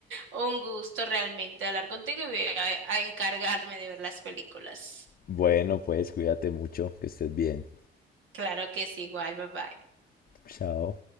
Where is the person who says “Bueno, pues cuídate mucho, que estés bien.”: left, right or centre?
Left